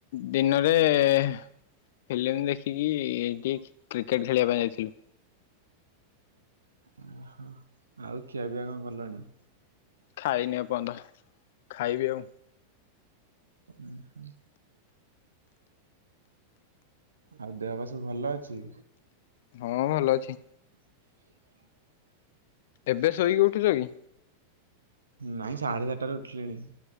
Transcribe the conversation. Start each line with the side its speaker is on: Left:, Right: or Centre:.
Left: ଦିନରେ ଫିଲ୍ମ ଦେଖିକି କି କ୍ରିକେଟ୍ ଖେଳିବା ପାଇଁ ଯାଇଥିଲୁ।
Right: ଓ ହୋ ଆଉ ଖିଆ ପିଆ କଣ କଲଣି?
Left: ଖାଇନି ଏପର୍ଯ୍ୟନ୍ତ ଖାଇବି ଆଉ।
Right: ହୁଁ ହୁଁ। ଆଉ ଦେହ ପା ସବୁ ଭଲ ଅଛି?
Left: ହଁ ଭଲ ଅଛି।
Right: ହଁ <inaudible>
Left: ଏବେ ଶୋଇକି ଉଠୁଛ କି?
Right: ନାଇଁ ସାଢେ ଚାରିଟାରେ ଉଠିଲିଣି।